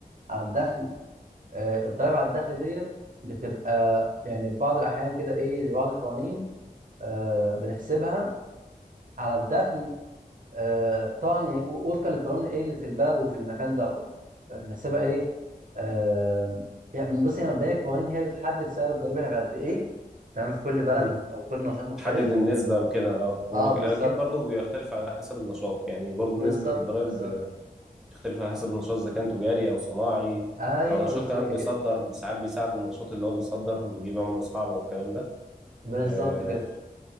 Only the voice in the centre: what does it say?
مم.
تحدد النسبة وكده اه هو
أكيد
برضه بيختلف على حسب النشاط يعني برضه
نسبة الضرايب
تختلف على حسب النشاط اذا كان تجاري او صناعي
او نشاط
كمان بيصدر
ساعات بيساعده النشاط اللي هو بيصدر ويجيب عملة صعبة والكلام ده
آه